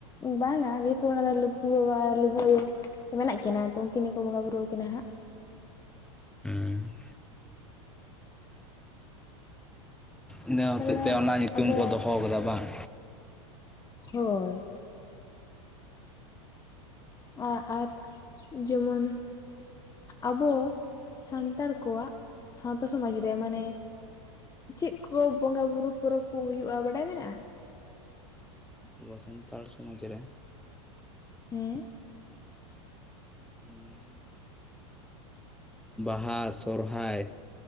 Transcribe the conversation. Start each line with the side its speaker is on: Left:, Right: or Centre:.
Left: ᱵᱟᱝᱟ ᱡᱮᱦᱮᱛᱩ ᱚᱸᱰᱮ ᱫᱚ ᱞᱩᱜᱩ ᱵᱟᱵᱟ ᱟᱨ ᱞᱩᱜᱩ ᱟᱭᱳ ᱢᱮᱱᱟᱜ ᱠᱤᱱᱟ, ᱛᱚ ᱩᱱᱠᱤᱱ ᱜᱮᱠᱚ ᱵᱚᱸᱜᱟ ᱵᱩᱨᱩ ᱟᱠᱤᱱᱟ ᱦᱟᱸᱜ᱾
Centre: ᱦᱩᱸ᱾ ᱤᱱᱟᱹ ᱦᱚᱛᱮᱡ
Left: ᱛᱟᱦᱚᱞᱮ
Centre: ᱛᱮ ᱚᱱᱟ ᱧᱩᱛᱩᱢ
Left: ᱟᱵᱚ
Centre: ᱠᱚ ᱫᱚᱦᱚ ᱠᱟᱫᱟ ᱵᱟᱝ?
Left: ᱦᱳᱭ᱾ ᱟ ᱟᱨ ᱡᱮᱢᱚᱱ ᱟᱵᱚ ᱥᱟᱱᱛᱟᱲ ᱠᱚᱣᱟᱜ ᱥᱟᱶᱛᱟ ᱥᱚᱢᱟᱡᱽ ᱨᱮ ᱢᱟᱱᱮ ᱪᱮᱫ ᱠᱚ ᱵᱚᱸᱜᱟ-ᱵᱩᱨᱩ ᱯᱚᱨᱚᱵ ᱠᱩ ᱦᱩᱭᱩᱜ-ᱟ ᱵᱟᱰᱟᱭ ᱢᱮᱱᱟᱜ-ᱟ?
Centre: ᱟᱵᱚ ᱥᱟᱱᱛᱟᱲ ᱥᱚᱢᱟᱡᱽ ᱨᱮ?
Left: ᱦᱮᱸ᱾
Centre: ᱦᱩᱸ᱾ ᱵᱟᱦᱟ, ᱥᱚᱨᱦᱟᱭ,